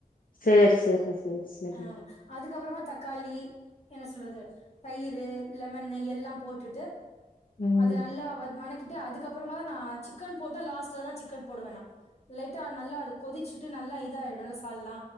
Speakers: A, on the left; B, on the left.
A: சேரி சேரி சேரி சரி
B: ஆ அதுக்கப்புறமா தக்காளி என்ன சொல்றது தயிறு, லெமன் எல்லாம் போட்டுட்டு
A: ம்
B: அது நல்லா வ வனக்கி கிட்டு அதுக்கப்பறமாதா நா சிக்கன் போட்டு லாஸ்ட்டாதா சிக்கன் போடுவன் நா லைட்டா நல்லா அது கொதிச்சிட்டு நல்லா இத ஆயிடுல்ல சால்னா